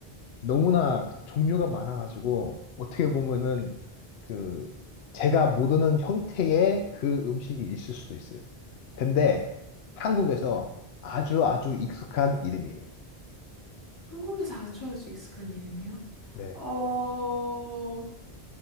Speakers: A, on the left; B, on the left.
A: 너무나 그 종류가 많아가지고, 어떻게 보면은, 그, 제가 모르는 형태의 그 음식이 있을 수도 있어요. 근데, 한국에서 아주 아주 익숙한 이름이에요.
B: 한국에서 아주 아주 익숙한 이름이요?
A: 네.
B: 어,